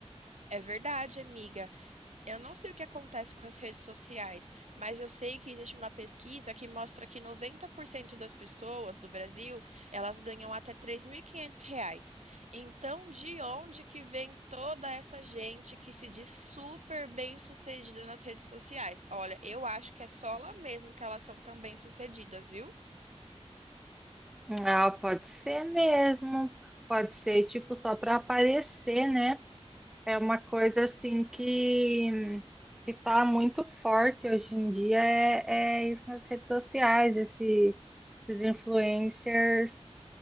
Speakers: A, on the right; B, in the centre.
A: É verdade, amiga. Eu não sei o que acontece com as redes sociais, mas eu sei que existe uma pesquisa que mostra que 90% das pessoas do Brasil, elas ganham até 3.500 reais. Então, de onde que vem toda essa gente que se diz super bem-sucedida nas redes sociais? Olha, eu acho que é só lá mesmo que elas são tão bem-sucedidas, viu?
B: Ah, pode ser mesmo. Pode ser, tipo, só para aparecer, né? É uma coisa assim que, que tá muito forte hoje em dia, é, é isso nas redes sociais, esse- esses influencers